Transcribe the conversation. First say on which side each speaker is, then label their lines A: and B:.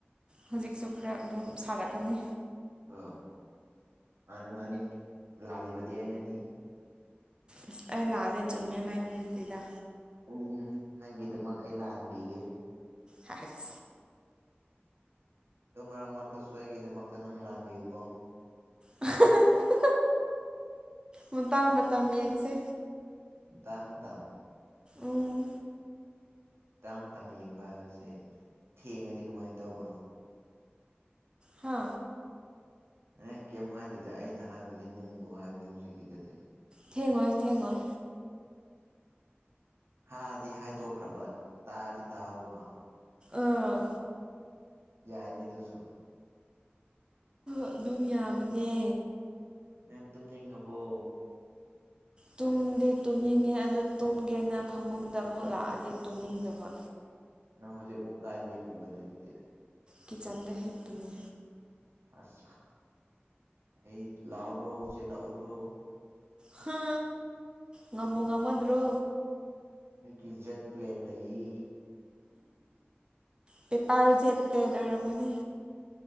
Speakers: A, on the right (about 20°); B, on the right (about 80°).
A: ꯍꯧꯖꯤꯛꯁꯨ ꯈꯔ ꯑꯗꯨꯝ ꯁꯥꯔꯛꯀꯅꯤ
B: ꯑ ꯃꯥꯅꯤ ꯃꯥꯅꯤ ꯂꯥꯜꯂꯤꯕꯗꯤ ꯑꯩꯅꯅꯤ
A: ꯑꯁ ꯑꯩ ꯂꯥꯜꯂꯦ ꯆꯨꯝꯃꯦ ꯍꯥꯏꯕ ꯅꯠꯇꯦꯗ
B: ꯎꯝ ꯅꯪꯒꯤꯗꯃꯛ ꯑꯩ ꯂꯥꯟꯕꯤꯒꯦ
A: ꯍꯥꯏꯍꯦꯠ
B: ꯑꯗ ꯃꯔꯛ ꯃꯔꯛꯇꯁꯨ ꯑꯩꯒꯤꯗꯃꯛꯇ ꯅꯪ ꯂꯥꯟꯕꯤꯌꯨꯀꯣ
A: <unintelligible> ꯃꯇꯥꯡ ꯃꯇꯝ ꯌꯦꯡꯁꯦ
B: ꯃꯇꯥꯡ ꯃꯇꯝ
A: ꯎꯝ
B: ꯇꯝ ꯇꯝ ꯌꯦꯡꯕ ꯍꯥꯏꯕꯁꯦ ꯊꯦꯡꯉꯗꯤ ꯀꯃꯥꯏꯅ ꯇꯧꯕ
A: ꯍꯥ
B: ꯑꯦ ꯀꯩꯝ ꯍꯥꯏꯗꯨꯗꯤ ꯑꯩꯅ ꯍꯥꯏꯕꯗꯤ ꯅꯨꯡꯕꯨ ꯍꯥꯏꯕꯅꯦ ꯍꯧꯖꯤꯛꯀꯤꯗꯨꯗꯤ
A: ꯊꯦꯡ ꯑꯣꯏꯣꯏ ꯊꯦꯡ ꯍꯣꯏ
B: ꯍꯥꯥꯟꯗꯤ ꯍꯥꯏꯗꯣꯛꯈ꯭ꯔꯕ ꯇꯥꯗꯤ ꯇꯥꯍꯧꯕ
A: ꯑꯥ
B: ꯌꯥꯏ ꯅꯗꯨꯨꯁꯨ
A: ꯑꯗꯨꯝ ꯌꯥꯕꯅꯦ
B: ꯃꯌꯥꯝ ꯇꯨꯝꯅꯤꯡꯉꯕꯣ
A: ꯇꯨꯝꯗꯤ ꯇꯨꯝꯅꯤꯡꯉꯤ ꯑꯗꯨ ꯇꯨꯝꯒꯦꯅ ꯐꯃꯨꯡꯗ ꯑꯃꯨꯛ ꯂꯥꯛꯑꯗꯤ ꯇꯨꯝꯅꯤꯡꯗꯕ
B: ꯅꯪ ꯍꯧꯖꯤꯛ ꯃꯨꯛꯀꯥꯗ ꯂꯦꯞꯄꯤꯕ ꯑꯗꯨꯗꯤ
A: ꯀꯤꯠꯆꯟꯗ ꯍꯦꯞꯄꯤꯅꯦ
B: ꯑꯠ ꯑꯩ ꯂꯥꯎꯔꯣ ꯆꯦ ꯂꯥꯛꯎꯔꯣ
A: ꯍꯥ ꯉꯝꯃꯨ ꯉꯝꯃꯗ꯭ꯔꯣ
B: ꯑꯩ ꯏꯖꯖꯠ ꯄ꯭ꯂꯦꯟ ꯂꯩꯌꯦ
A: ꯄꯦꯄꯥꯔ ꯖꯦ ꯇꯦꯟ ꯑꯣꯏꯔꯝꯒꯨꯅꯦ